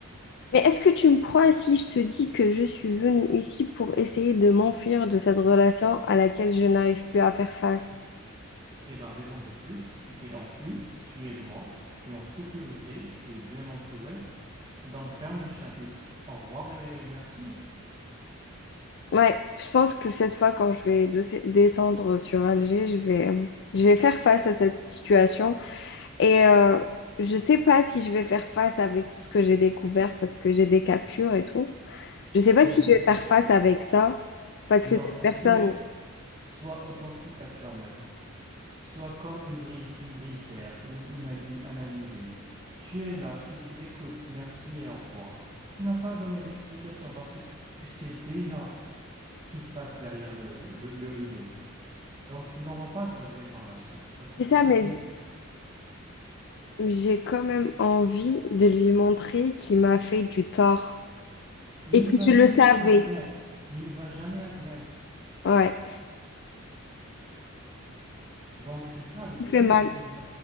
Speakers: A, on the left (about 55°); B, on the right (about 25°).
A: Mais est-ce que tu me crois si je te dis que je suis venue ici pour essayer de m'enfuir de cette relation à laquelle je n'arrive plus à faire face?
B: Eh ben, raison de plus, tu t'es enfui, tu es loin, tu es en sécurité, tu es bien entouré. Donc, ferme le chapitre. Au revoir et merci.
A: Ouais, je pense que cette fois, quand je vais de- descendre sur Alger, je vais, euh, je vais faire face à cette situation et euh, je sais pas si je vais faire face avec tout ce que j'ai découvert parce que j'ai des captures et tout. Je sais pas
B: Hmm.
A: si je vais faire face avec ça, parce
B: Non,
A: que cette
B: tu
A: personne,
B: sais, sois authentique à toi-même. Sois comme une brise, une brise d'air ou une ali- analysée. Tu es là, tu dis écoute, merci et au revoir. Tu n'as pas donné d'explication parce que tu, tu sais déjà ce qui se passe derrière le, le le- le rideau. Donc, tu n'auras pas de regrets par la suite parce que
A: c'est
B: tu
A: ça,
B: sais
A: mais
B: déjà.
A: j- j'ai quand même envie de lui montrer qu'il m'a fait du tort
B: Mais
A: et que
B: il va
A: je
B: jamais
A: le savais.
B: admettre. Mais il va jamais admettre.
A: Ouais,
B: Donc c'est ça le
A: il
B: truc,
A: fait mal.
B: c'est qu'il va,